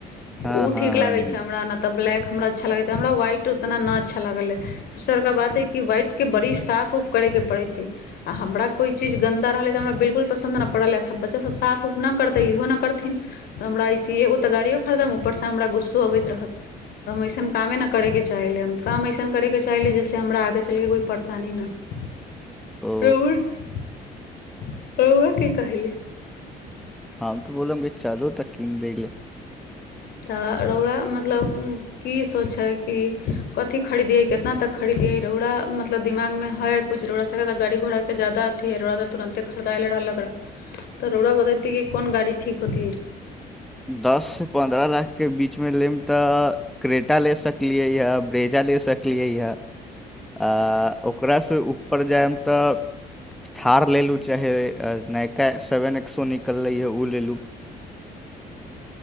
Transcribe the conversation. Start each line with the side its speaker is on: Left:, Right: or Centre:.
Centre: हँ
Left: ओ
Centre: हँ
Left: ठीक
Centre: हँ
Left: लागै छै हमरा तऽ ब्लैक हमरा अच्छा लागैत हमरा व्हाइट उतना न अच्छा लागले दोसरका बात है कि व्हाइट के बड़ी साफ उफ करे के पड़ै छै आओर हमरा कोइ चीज गन्दा रहलै तऽ हमरा बिल्कुल पसन्द नहि पड़लै सब बच्चासभ साफ उफ नहि करतै इहो नहि करथिन तऽ हमरा ऐसे एगो तऽ गाड़िो खरीदम ऊपरसँ हमरा गुस्सो अबैत रहत तऽ हम अइसन कामे ने करैके चाहील हम काम अइसन करैके चाहली जैसे हमरा आगे चलि कऽ कोइ परेशानी नहि
Centre: ओ
Left: रहु रहुआ के कहहिल
Centre: हम तो बोलबगे चलू तक कीन दे ले
Left: तऽड़ौलाा मतलब की सोचै कि कथी खरीदियै कितना तक खरीदियै रोड़ा मतलब दिमागमे है कछ रोड़ा एकरा त गाड़ी घोड़ा के ज्यादा अथी है रौरा त तुरंते खरीदायले रहलक र त रोड़ा बतेति की कौन गाड़ी ठीक होती
Centre: दस से पंन्द्रह लाख के बीचमे लेम तऽ क्रेटा ले सकलियै हऽ ब्रेजा ले सकलियै हऽ आ ओकरासँ ऊपर जायब त थार लेलहुँ चाहे नयका सेवन एक्सो निकलै हँ ओ ले लूँ